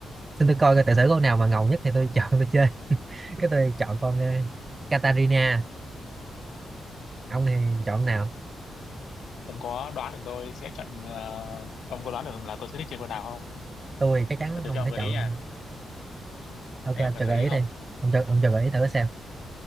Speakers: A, on the right; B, on the left.
A: xong tôi coi cái tiểu sử con nào mà ngầu nhất thì tôi <laughs> chọn tôi chơi <laughs> cái tôi chọn con ờ, Katarina ông thì chọn nào
B: Ông có đoán được tôi sẽ chọn, ờ, ông có đoán được là tôi sẽ thích chơi con nào không?
A: tôi chắc chắn
B: Để tôi
A: ông
B: cho ông
A: sẽ
B: gợi
A: chọn
B: ý nha,
A: ok
B: hay
A: ông
B: ông cần
A: cho
B: gợi
A: gợi
B: ý
A: ý
B: không?
A: đi ông cho ông cho gợi ý thử xem